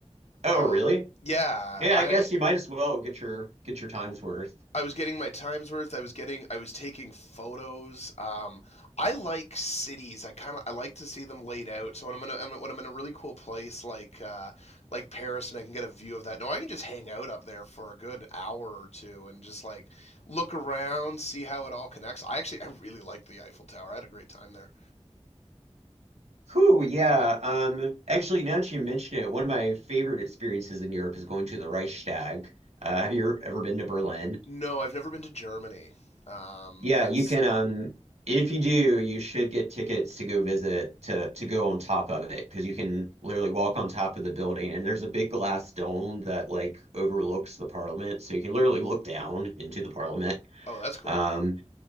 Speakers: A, on the right; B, on the left.
A: oh,
B: Uh,
A: really?
B: yeah,
A: Yeah,
B: I
A: I guess you might as well get your get your time's worth.
B: I was getting my times worth. I was getting I was taking photos. Um, I like cities. I kind of I like to see them laid out. So when I'm in a, when I'm in a really cool place like uh, like Paris and I can get a view of that. No, I can just hang out up there for a good hour or two and just like look around, see how it all connects. I actually I really like the Eiffel Tower. I had a great time there.
A: Cool, yeah. Um, actually, now that you mention it, one of my favorite experiences in Europe is going to the Reichstag. Uh, have you ever been to Berlin?
B: No, I've never been to Germany. Um,
A: Yeah,
B: that's
A: you can. Um, if you do, you should get tickets to go visit to to go on top of it because you can literally walk on top of the building, and there's a big glass dome that like overlooks the parliament, so you can literally look down into the parliament.
B: oh, that's cool.
A: Um,